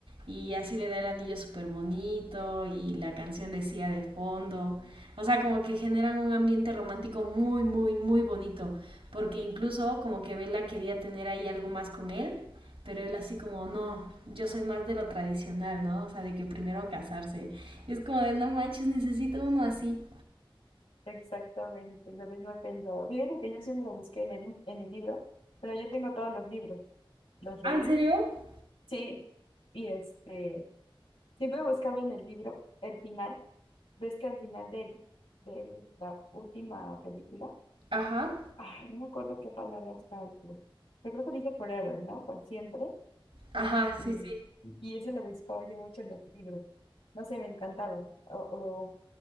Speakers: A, on the right; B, on the left.
A: Y así le da el anillo súper bonito y la canción decía de fondo. O sea, como que generan un ambiente romántico muy, muy, muy bonito. Porque incluso como que Bella quería tener ahí algo más con él pero él así como, no, yo soy más de lo tradicional, ¿no? O sea, de que primero casarse. Y es como de, no manches, necesito uno así.
B: Exactamente, lo mismo he pensado. Fíjate que yo siempre busqué en el, en el libro, pero yo tengo todos los libros. los leí,
A: ¿Ah, en serio?
B: sí, y este, siempre buscaba en el libro el final, ves que al final de de la última película,
A: Ajá.
B: ay, no me acuerdo qué palabra sale, yo creo que dice forever, ¿no? Por siempre,
A: Ajá,
B: y,
A: sí, sí.
B: y eso lo buscaba yo mucho en los libros, no sé, me encantaba, o, o,